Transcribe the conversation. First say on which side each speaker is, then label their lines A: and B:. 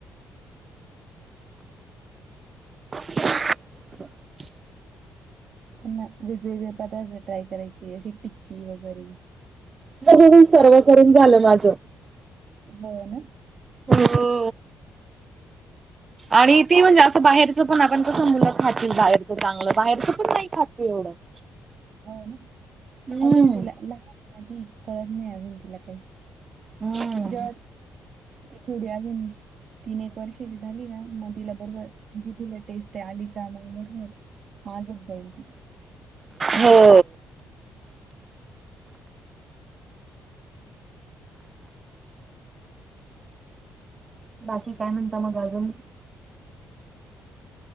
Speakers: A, on the right (about 35°); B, on the right (about 60°).
A: <inaudible>
B: त्यांना वेगवेगळे पदार्थ ट्राय करायचे. जशी टिक्की वगैरे
A: हो. हो. सर्व करून झालं माझं.
B: हो ना.
A: हो. आणि तेी म्हणजे असं बाहेरचं पण आपण कसं मुलं खातील बाहेरचं चांगलं बाहेरचं पण नाही खात एवढं. <inaudible>
B: हो ना,
A: हम्म
B: अजून तिला लहान पण ये ती कळत नाही अजून तिला काही.
A: हम्म.
B: जेव्हा ती थोडी अजून तीन एक वर्षाची झाली ना, मग तिला बरोबर जीपीला टेस्ट आहे आली का? मग बरोबर मागत जाईल ती.
A: हो. बाकी काय म्हणता मग अजून?